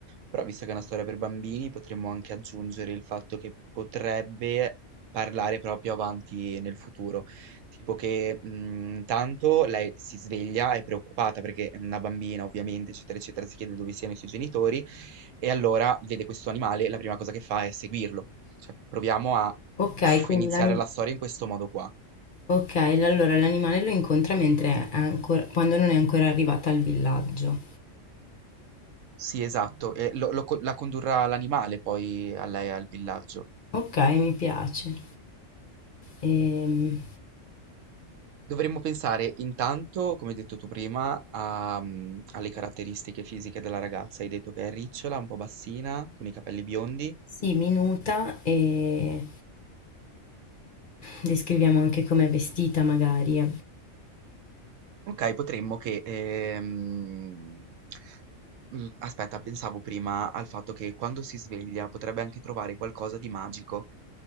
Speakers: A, on the right; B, on the left.
A: però visto che è una storia per bambini, potremmo anche aggiungere il fatto che potrebbe parlare proprio avanti nel futuro, tipo che mh, intanto lei si sveglia, è preoccupata perché è una bambina ovviamente, eccetera, eccetera, si chiede dove siano i suoi genitori e allora vede questo animale, e la prima cosa che fa è seguirlo. Cioè, proviamo a
B: Ok,
A: pff,
B: quindi
A: iniziare
B: l'ani-
A: la storia in questo modo qua.
B: ok, allora l'animale lo incontra mentre è ancora, quando non è ancora arrivata al villaggio.
A: Sì, esatto, e lo- lo co- la condurrà l'animale poi a lei al villaggio.
B: Ok, mi piace. Ehm,
A: Dovremmo pensare intanto, come hai detto tu prima, a, mm, alle caratteristiche fisiche della ragazza. Hai detto che è ricciola, un po' bassina, con i capelli biondi.
B: sì, minuta e descriviamo anche com'è vestita magari.
A: Ok, potremmo che... ehm, mm, Aspetta, pensavo prima al fatto che quando si sveglia potrebbe anche trovare qualcosa di magico